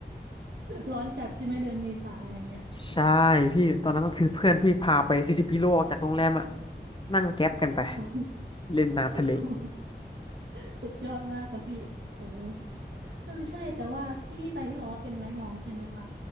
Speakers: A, on the right; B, on the left.
A: ร้อนจัดใช่ไหมเดือนเมษาอย่างเงี้ย
B: ใช่พี่ตอนนั้นก็คือเพื่อนพี่พาไปสี่สิบกิโลออกจากโรงแรมอ่ะนั่งแก๊ปกันไป
A: โอ้โ
B: เล่นน้ำทะเล
A: ห สุดยอดมากค่ะพี่โอ้โหเออใช่แต่ว่าที่พี่ไปที่บอกว่าเป็นระยองใช่ไหมคะ